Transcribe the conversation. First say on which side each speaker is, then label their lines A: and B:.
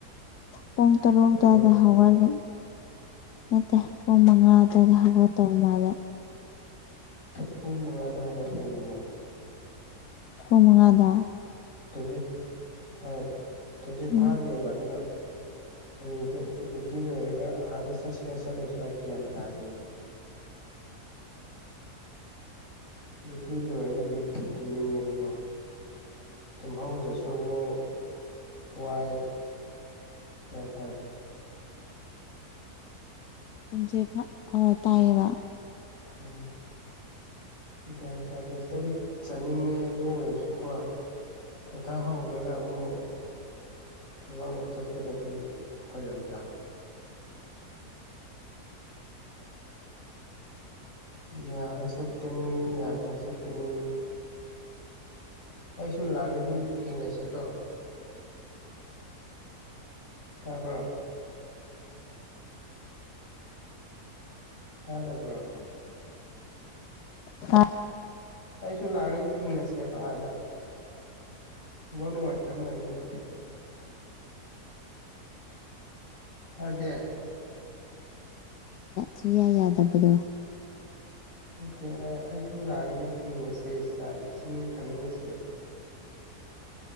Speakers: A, on the left; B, on the left.
A: ꯄꯨꯡ ꯇꯔꯨꯛ ꯑꯗꯨꯋꯥꯏꯗ
B: ꯎꯝ
A: ꯍꯧꯔꯒꯅꯤ ꯅꯠꯇꯦ ꯄꯨꯡ ꯃꯉꯥ ꯑꯗꯨꯋꯥꯏꯗ ꯍꯧꯒ ꯇꯧꯕ ꯃꯥꯜꯂꯦ
B: ꯄꯨꯡ ꯃꯉꯥꯗ ꯍꯧꯒ ꯇꯣꯏꯅꯦ ꯑꯃꯨ
A: ꯍꯉꯥꯗ
B: ꯇꯨꯝꯁꯤꯠ ꯍꯣꯏ ꯇꯨꯝꯆꯠ
A: ꯎꯝ
B: ꯐꯗꯦꯕ ꯑꯗꯨꯅ ꯍꯌꯦꯡꯁꯦ ꯗ꯭ꯌꯨꯇꯤ ꯂꯣꯏꯔꯒ ꯑꯥꯗ ꯆꯠꯁꯤꯔꯥ ꯆꯠꯂꯣꯏꯁꯤꯔ ꯒ꯭ꯌꯥꯟ ꯇꯥꯗꯦꯕ
A: <inaudible> ꯑ <inaudible>
B: ꯌꯇꯤ ꯂꯣꯏꯔꯒꯗꯤ ꯁꯤꯗ ꯇꯨꯝꯅꯤꯡꯉꯦꯕꯀꯣ ꯇꯨꯝꯍꯧꯗꯁꯃꯨ ꯀꯋꯥꯥꯏ ꯍꯦꯟꯇꯥꯗꯤ
A: ꯇꯁꯦ ꯑꯋꯥ ꯇꯌꯦꯕ
B: ꯎꯝ ꯒ꯭ꯌꯥꯟ ꯇꯥꯗ ꯏꯁꯇꯗꯤ ꯆꯠꯅꯤꯡꯉꯦ ꯑꯗꯨ ꯑꯣꯏꯔꯁꯨꯀꯣ ꯄꯣꯊꯥꯍ ꯍꯧꯗ꯭ꯔꯒ ꯑꯃꯨꯛ ꯊꯕꯛ ꯃꯣꯁꯀꯗꯕꯅꯤꯅ ꯊꯋꯥ ꯌꯥꯝ ꯇꯥꯏ
A: <inaudible>
B: ꯌꯥꯔ ꯆꯠ ꯀꯅꯤ ꯌꯥꯗꯣ ꯆꯠ ꯀꯅꯤ ꯑꯩꯁꯨ ꯂꯥꯕꯗꯤ ꯊꯦꯡꯅꯁꯤ ꯀꯣ ꯇꯥꯕꯔꯣ ꯊꯥꯗꯕ꯭ꯔꯣ
A: ꯍꯥꯥ <unintelligible>
B: ꯑꯩꯁꯨ ꯂꯥꯛꯑꯒꯗꯤ ꯊꯦꯡꯅꯁꯦꯕ ꯑꯥꯗ ꯋꯥꯅꯅꯨꯡ ꯍꯥꯏ ꯆ꯭ꯔ ꯃꯥꯥꯏ ꯅꯪꯒꯦ ꯑꯗ
A: ꯁꯨꯌꯥ ꯌꯥꯗꯕꯗꯣ
B: ꯅꯠꯇꯦ ꯑꯩꯁꯨ ꯂꯥꯛꯑꯒꯗꯤ ꯊꯦꯡꯅꯁꯦꯥꯛ ꯏꯁꯤꯡ ꯊꯛꯃꯤꯟꯅꯁꯦꯕ